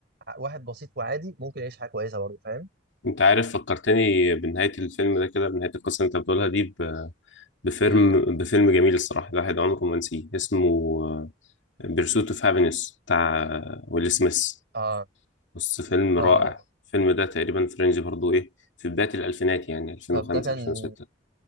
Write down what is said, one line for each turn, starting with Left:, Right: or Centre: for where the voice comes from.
Right: ع- واحد بسيط وعادي ممكن يعيش حياه كويسه برضه فاهم؟
Left: انت عارف فكرتني بنهاية الفيلم ده كده بنهاية القصة اللي انت بتقولها دي ب... بفيلم
Right: امم
Left: بفيلم جميل الصراحة الواحد عمره ما نسيه اسمه بيرسوت اوف هابينس بتاع ويل سميث
Right: اه
Left: بص فيلم
Right: اه
Left: رائع الفيلم ده تقريبا فرنج برضو ايه في بداية الألفينات يعني 2005
Right: طب ده كان
Left: 2006